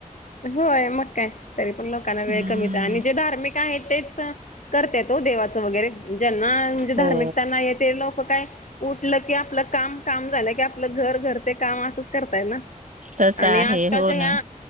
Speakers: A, on the left; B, on the right.
A: होय मग काय तरी पण लोकांना वेळ
B: हम्म
A: कमीच आहे आणि जे धार्मिक काय हे तेच करते तो देवाचं वगैरे ज्यांना म्हणजे
B: हो
A: धार्मिकताना येते लोकं काय उठलं की आपलं काम काम झालं कि आपलं घर घर ते काम असंच करताय ना.
B: तस
A: आणि
B: आहे
A: आजकालच्या
B: हो
A: ह्या
B: ना